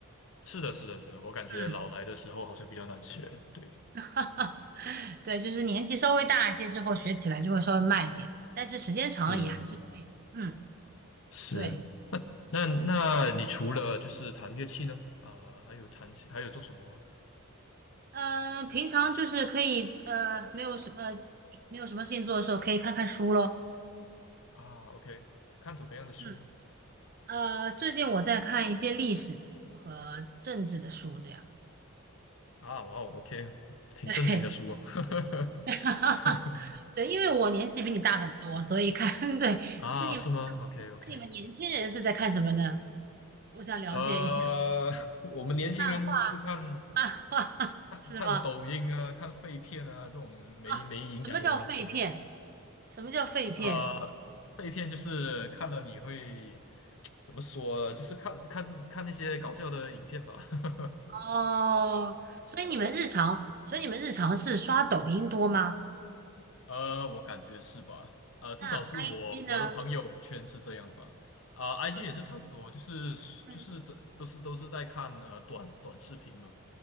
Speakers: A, on the left; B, on the right.
A: 是的，是的，是的，我感觉老来的时候好像比较难学，
B: 嗯，
A: 对，
B: <laughs> 对，就是年纪稍微大一些之后学起来就会稍微慢一点，但是时间长了也还是可以的。
A: 是
B: 嗯，
A: 是，
B: 对，
A: 那那那你除了就是弹乐器呢，啊、还有弹其还有做什么吗？
B: 呃，平常就是可以呃没有什么呃没有什么事情做的时候，可以看看书咯。
A: 啊，OK，看怎么样的书呢？
B: 嗯。呃，最近我在看一些历史的书和政治的书，这样。
A: 啊，哇哦，OK，挺正经的书哦。
B: 对，
A: <laughs>
B: <laughs> 对，因为我年纪比你大很多，所以看，<laughs> 对，
A: 啊，
B: 就是你们
A: 是吗？OK OK，
B: 你们年轻人是在看什么呢？我想了解一下，
A: 呃，<laughs> 我们年轻人就是看
B: 漫画，漫画 <laughs>
A: 看看抖音啊，
B: 是吗？
A: 看废片啊，这种没没营养的东西。
B: 啊，什么叫废片？什么叫废片？
A: 呃，废片就是看了你会 <tsk> 怎么说？就是看看看那些搞笑的影片吧。<laughs>
B: 哦，所以你们日常，所以你们日常是刷抖音多吗？
A: 呃，我感觉是吧？呃，至少是我我的朋友圈是这样吧。
B: 那 IG 呢？
A: 啊、i
B: 嗯
A: g 也是差不多，就是就是都都是都是在看呃短短视频嘛。
B: 嗯，